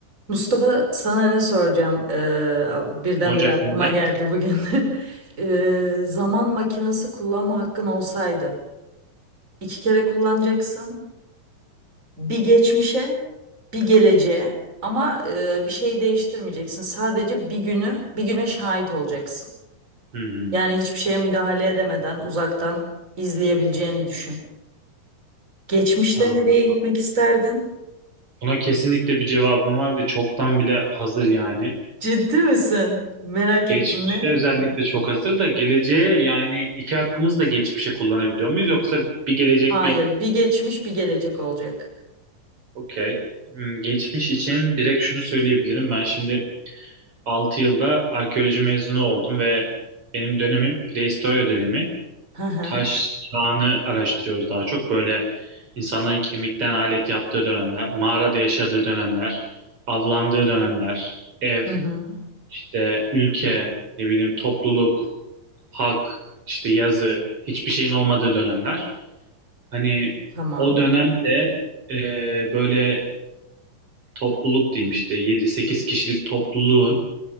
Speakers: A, on the right; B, on the right.
A: Mustafa sana ne soracağım? Ee, birdenbire
B: Ocak
A: aklıma
B: neden?
A: geldi bugün. <laughs> Ee, zaman makinesi kullanma hakkın olsaydı iki kere kullanacaksın. Bir geçmişe, bir geleceğe ama e, bir şey değiştirmeyeceksin. Sadece bir günü, bir güne şahit olacaksın.
B: Hmm.
A: Yani hiçbir şeye müdahale edemeden uzaktan izleyebileceğini düşün. Geçmişte
B: Aa,
A: nereye gitmek isterdin?
B: buna kesinlikle bir cevabım var ve çoktan bile hazır yani.
A: Ciddi misin? Merak
B: geçmişte
A: ettim ne?
B: özellikle çok hazır da geleceğe yani iki hakkımızı da geçmişe kullanabiliyor muyuz? Yoksa bir gelecek
A: Hayır,
B: bir...
A: bir geçmiş, bir gelecek olacak.
B: Okey. Hmm, Geçmiş için direkt şunu söyleyebilirim. Ben şimdi 6 yılda arkeoloji mezunu oldum ve benim dönemim prehistorya dönemi.
A: Hı hı.
B: taş çağını araştırıyoruz daha çok. Böyle insanların kemikten alet yaptığı dönemler, mağarada yaşadığı dönemler, avlandığı dönemler, ev,
A: Hı hı.
B: işte ülke, ne bileyim topluluk, hak, işte yazı, hiçbir şeyin olmadığı dönemler. Hani
A: Tamam.
B: o dönemde e, böyle topluluk diyeyim işte yedi sekiz kişilik topluluğun